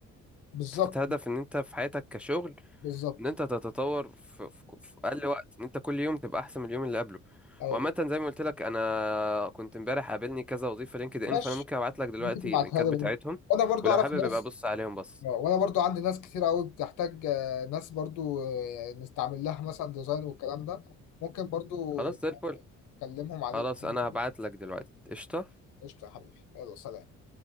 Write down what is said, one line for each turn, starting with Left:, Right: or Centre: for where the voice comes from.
Left: بالظبط
Centre: حاطط هدف ان انت في حياتك كشغل
Left: بالظبط
Centre: ان انت تتطور في, في, في اقل وقت ان انت كل يوم تبقى احسن من اليوم اللي قبله
Left: ايوه
Centre: وعامة زي ما قلت لك انا كنت امبارح قابلني كذا وظيفة لينكد ان
Left: ماشي
Centre: فانا ممكن ابعت لك دلوقتي
Left: ممكن تبعتها
Centre: اللينكات
Left: لي
Centre: بتاعتهم
Left: برضه وانا برضه
Centre: ولو
Left: اعرف
Centre: حابب
Left: ناس
Centre: يبقى بص عليهم بس
Left: آه، وانا برضه عندي ناس كتير قوي بتحتاج آه، ناس برضه آه، نستعمل لها مثلا ديزاين والكلام ده ممكن برضه
Centre: خلاص زي الفل
Left: اكلمهم عليك
Centre: خلاص
Left: يعني
Centre: انا
Left: كده.
Centre: هبعت لك دلوقتي قشطة
Left: قشطه يا حبيبي يلا سلام